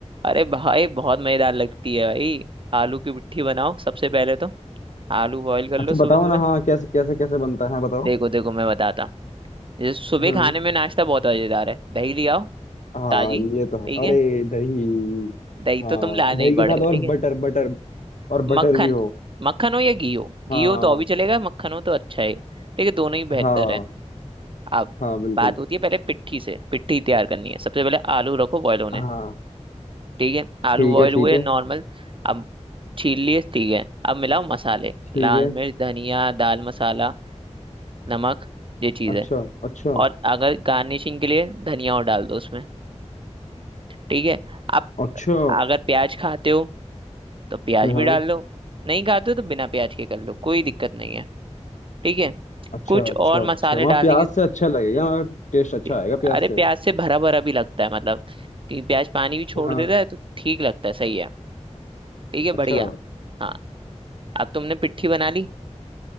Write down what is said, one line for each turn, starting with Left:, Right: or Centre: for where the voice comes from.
Right: अरे भाई बहुत मजेदार लगती है भाई आलू की पिट्ठी बनाओ सबसे पहले तो आलू बॉईल कर
Left: अच्छा
Right: लो सुबह
Left: बताओ
Right: सुबह
Left: ना हाँ कैसे कैसे कैसे बनता है बताओ
Right: देखो देखो मैं बताता जैसे सुबह
Left: हम्म
Right: खाने में नाश्ता बहुत मजेदार है दही ले आओ
Left: हाँ
Right: ताजी
Left: ये तो है
Right: ठीक
Left: अरे
Right: है
Left: दही
Right: दही
Left: हाँ
Right: तो तुम लाना
Left: दही
Right: ही
Left: के
Right: पड़ेगा
Left: साथ और
Right: ठीक है
Left: बटर बटर और बटर
Right: मक्खन
Left: भी हो
Right: मक्खन हो या घी हो घी
Left: हाँ
Right: हो तो और भी चलेगा मक्खन हो तो अच्छा है ठीक है दोनों ही बेहतर
Left: हाँ
Right: है अब
Left: हाँ बिल्कुल
Right: बात होती है पहले पिट्ठी से पिट्ठी तैयार करनी है सबसे पहले आलू रखो बॉयल होने
Left: हाँ
Right: ठीक है आलू
Left: ठीक
Right: बॉयल
Left: है
Right: हुए
Left: ठीक है
Right: नॉर्मल अब छील लिए ठीक है अब मिलाओ मसाले
Left: ठीक
Right: लाल
Left: है
Right: मिर्च धनिया दाल मसाला नमक ये चीज़
Left: अच्छा
Right: है
Left: अच्छा
Right: और अगर गार्निशिंग के लिए धनिया और डाल दो उसमें ठीक है आप
Left: अच्छा
Right: अगर प्याज खाते हो तो प्याज भी
Left: हाँ
Right: डाल लो नहीं खाते हो तो बिना प्याज के कर लो कोई दिक्कत नहीं है ठीक है
Left: अच्छा
Right: कुछ
Left: अच्छा
Right: और मसाले
Left: अच्छा वहाँ
Right: डालने
Left: प्याज
Right: की हम्म,
Left: से अच्छा लगेगा टेस्ट अच्छा
Right: प्या-
Left: आएगा प्याज
Right: अरे
Left: से
Right: प्याज से भरा भरा भी लगता है मतलब कि प्याज पानी भी छोड़
Left: हाँ
Right: देता है तो ठीक लगता है सही है ठीक है
Left: अच्छा
Right: बढ़िया हाँ अब तुमने पिट्ठी बना ली